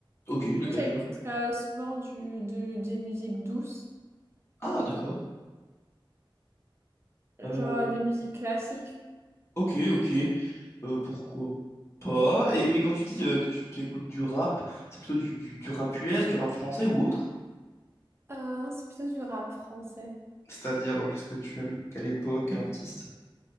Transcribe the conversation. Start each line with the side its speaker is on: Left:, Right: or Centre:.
Left: Ok,
Right: Du
Left: de
Right: coup,
Left: quel
Right: j'écoute
Left: genre?
Right: euh, souvent du, de, des musiques douces,
Left: Ah, d'accord. Euh,
Right: genre des musiques classiques.
Left: ok, ok. Euh, pourquoi pas? Et, mais quand tu dis euh, que tu tu écoutes du rap, c'est plutôt du, du, du rap US, du rap français ou autre?
Right: Euh, non, c'est plutôt du rap français.
Left: C'est-à-dire, euh, qu'est-ce que tu aimes? Quelle époque, quel artiste?